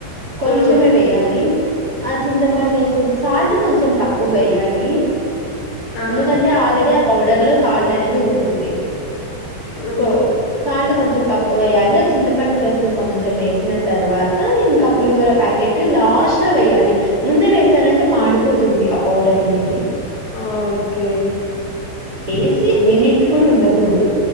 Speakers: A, on the right (about 25°); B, on the left (about 70°).
A: కొంచెమే
B: హ్మ్.
A: వెయ్యాలి ఆ చింతపండు ఏసిన్ సాల్ట్ కొంచెం తక్కువ్ వెయ్యాలీ
B: ఆ
A: ఎందుకంటే ఆల్రెడీ ఆ పౌడర్ లో సాల్ట్ అనేది ఉంటుంది.
B: హ్మ్.
A: సో సాల్ట్ కొంచెం తక్కువ వెయ్యాలి. చింతపండు రసం కొంచెం ఏసిన తర్వాతా ఇంకా పులిహోర ప్యాకెట్ లాస్ట్లో వెయ్యాలి. ముందే వేసారంటే మాడిపోతుంది ఆ పౌడర్ అనేది.
B: ఆ ఓకే
A: ఏసి మినిట్ కూడ ఉండకూడదు.